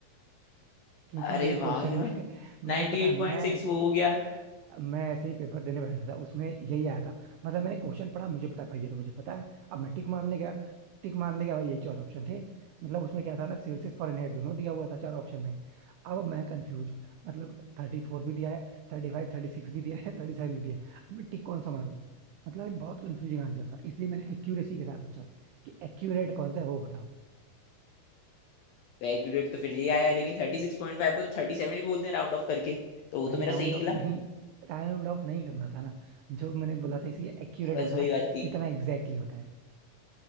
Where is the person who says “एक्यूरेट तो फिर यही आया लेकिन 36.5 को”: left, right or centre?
Left